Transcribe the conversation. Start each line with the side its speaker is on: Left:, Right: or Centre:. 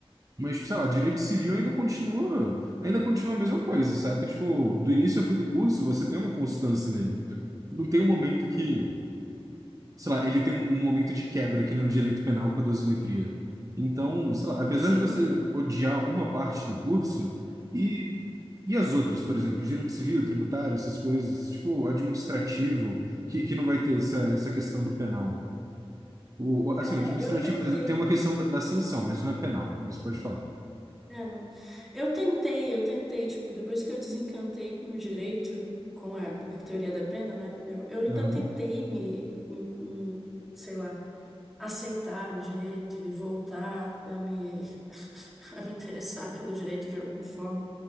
Right: Mas, tipo, sei lá, direito civil ainda continua, ainda continua a mesma coisa, saca? Tipo, do início ao fim do curso, você tem uma constância nele. Não tem um momento que sei lá, ele tem um, um momento de quebra que nem o direito penal com a dosimetria. Então, sei lá, apesar
Centre: Sim.
Right: de você odiar uma parte do curso, e, e as outras, por exemplo, direito civil, tributário, essas coisas, tipo, administrativo, que, que não vai ter essa, essa questão do penal. O, o- assim,
Centre: É,
Right: o administrativo
Centre: eu tentei.
Right: eh, tem uma questão da, da sanção, mas não é penal, isso pode falar.
Centre: É, não. Eu tentei, eu tentei, tipo, depois que eu desencantei com o direito, com a teoria da pena, né? Eu, eu ainda
Right: Aham,
Centre: tentei me, me- me, sei lá, aceitar o direito e voltar a me, <laughs> a me interessar pelo direito de alguma forma.